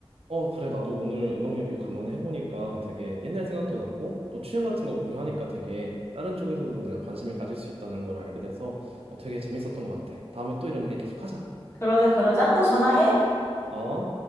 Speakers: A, on the right; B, on the left.
A: 어, 그래. 나도 오늘 음악 얘기 간만에 해보니까 되게 옛날 생각도 나고 또 취향 같은 거 공유하니까 되게 다른 쪽에서도 내가 관심을 가질 수 있다는 걸 알게 돼서 어, 되게 재밌었던 것 같아. 다음에 또 이런 얘기 계속 하자.
B: 그러자 그러자 또 전화해.
A: 어?